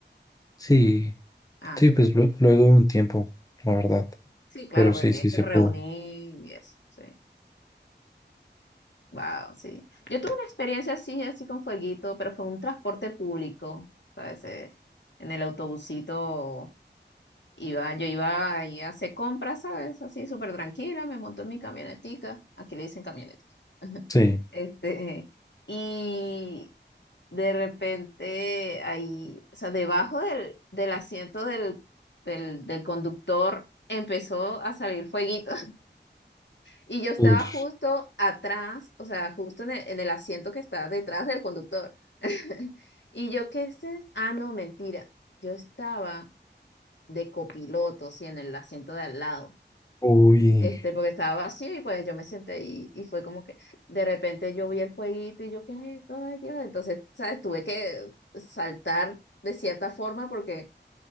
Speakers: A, on the left (about 20°); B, on the left (about 70°).
A: Sí,
B: Ah,
A: sí,
B: qué
A: pues
B: bien.
A: lu- luego de un tiempo, la verdad.
B: Sí, claro,
A: Pero
B: porque
A: sí,
B: tiene
A: sí
B: que
A: se
B: reunir
A: pudo.
B: y eso, sí. Wow, sí. Yo tuve una experiencia así, así con fueguito, pero fue en un transporte público, ¿sabes? Eh, en el autobusito iba, yo iba ahí a hacer compras, ¿sabes? Así súper tranquila, me monto en mi camionetica, aquí le dicen camioneta. <laughs>
A: Sí.
B: Este, y de repente ahí, o sea, debajo del, del asiento del, del, del conductor empezó a salir fueguito. Y yo estaba
A: Ush,
B: justo atrás, o sea, justo en el, en el asiento que está detrás del conductor. <laughs> Y yo, ¿qué es esto? Ah, no, mentira. Yo estaba de copiloto, sí, en el asiento de al lado.
A: Uy,
B: Este, porque estaba vacío y pues yo me senté ahí y fue como que de repente yo vi el fueguito y yo, ¿qué es esto? Ay, Dios. Entonces, ¿sabes? Tuve que saltar de cierta forma porque